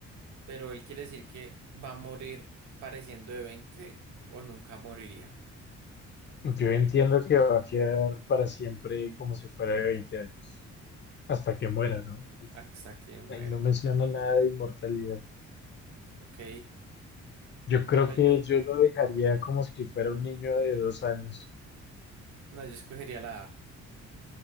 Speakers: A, on the right; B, on the left.
A: pero él quiere decir que va a morir pareciendo de 20 o nunca moriría
B: Yo entiendo que va a quedar para siempre como si fuera de 20 años, hasta que muera, ¿no? Pues,
A: hasta que muera,
B: ahí no menciona nada de inmortalidad.
A: ¿ok?
B: Yo
A: Bueno,
B: creo que
A: yo,
B: yo lo dejaría como si fuera un niño de dos años.
A: no, yo escogería la A.